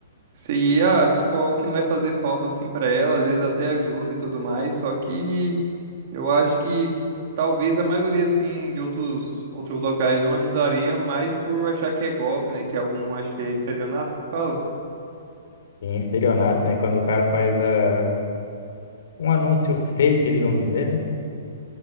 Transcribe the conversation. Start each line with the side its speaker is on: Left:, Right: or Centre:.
Right: se, ah, se for algo que não vai fazer falta assim pra ela, às vezes até ajuda e tudo mais. Só que eu acho que talvez a maioria, assim, de outros, outros locais não ajudaria, mais por achar que é golpe, né? Que é algum, acho que é estelionato que fala.
Left: Tem estelionato, né? Quando o cara faz a, um anúncio fake ali, vamos dizer, né?